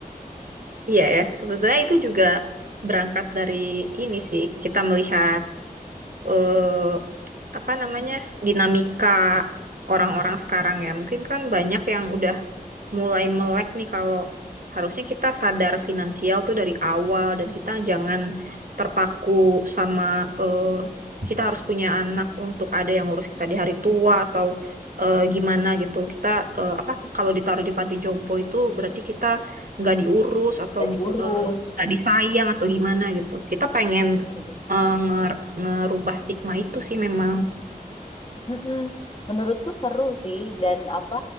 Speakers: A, on the right; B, on the left.
A: iya ya sebetulnya itu juga berangkat dari ini sih kita melihat eh, apa namanya dinamika orang-orang sekarang ya mungkin kan banyak yang udah mulai melek nih kalau harusnya kita sadar finansial tuh dari awal dan kita jangan terpaku sama eh, kita harus punya anak untuk ada yang ngurus kita di hari tua atau eh, gimana gitu. Kita eh, apa kalau ditaruh di panti jompo itu berarti kita nggak diurus atau
B: gak diurus.
A: eh, nggak
B: Mm.
A: disayang atau gimana gitu. Kita pengen
B: Mm-mm.
A: eh, nger- ngerubah stigma itu sih memang.
B: mm Menurutku seru sih dan apa